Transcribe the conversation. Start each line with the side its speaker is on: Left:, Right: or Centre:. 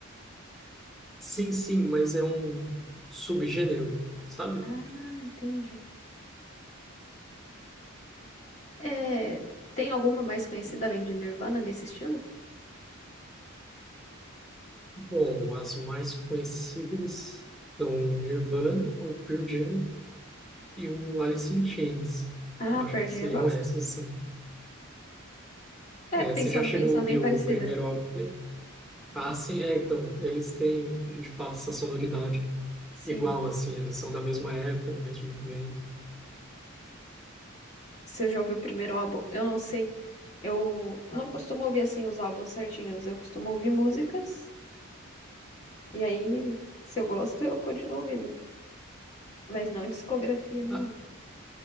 Centre: Sim, sim, mas é um subgênero, sabe?
Left: Ah, entendi. É, Tem alguma mais conhecida além de Nirvana nesse estilo?
Centre: Bom, as mais conhecidas são Nirvana ou Pearl Jam, e o Alice in Chains.
Left: Ah,
Centre: Eu acho
Left: Pearl
Centre: que
Left: Jam
Centre: seriam
Left: eu gosto.
Centre: essas, sim.
Left: É,
Centre: É,
Left: pensando
Centre: você já chegou
Left: bem, são
Centre: a ouvir
Left: bem parecida.
Centre: o primeiro álbum dele? Ah, sim, é, então, eles têm, de fato, essa sonoridade
Left: Sim,
Centre: igual, assim, eles são da mesma época, do mesmo movimento.
Left: se eu já ouvi o primeiro álbum, eu não sei. Eu não costumo ouvir assim os álbuns certinhos. Eu costumo ouvir músicas e aí, se eu gosto, <laughs> eu continuo ouvindo. Mas não discografia nem
Centre: Ah,
Left: nada.